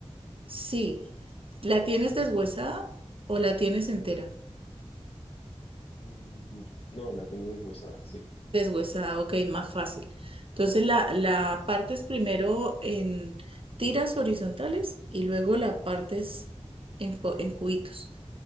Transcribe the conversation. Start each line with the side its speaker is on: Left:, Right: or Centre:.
Right: Sí, ¿la tienes deshuesada o la tienes entera?
Left: Mm, no, la tengo deshuesada. sí.
Right: Deshuesada, ok, más fácil. Entonces la, la partes primero en tiras horizontales y luego la partes en, po- en cubitos.